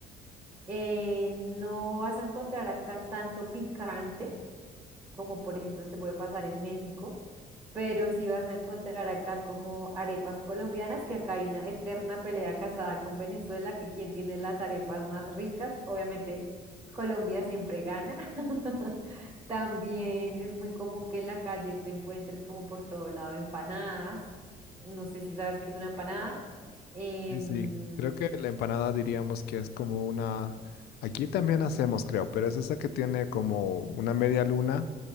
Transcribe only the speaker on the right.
Eh, no vas a encontrar acá tanto picante, como por ejemplo te puede pasar en México, pero sí vas a encontrar acá como arepas colombianas, que acá hay una eterna pelea casada con Venezuela, que quien tiene las arepas más ricas, obviamente Colombia siempre gana. <laughs> También es muy común que en la calle te encuentres como por todo lado empanadas. No sé si sabes qué es una empanada. Em,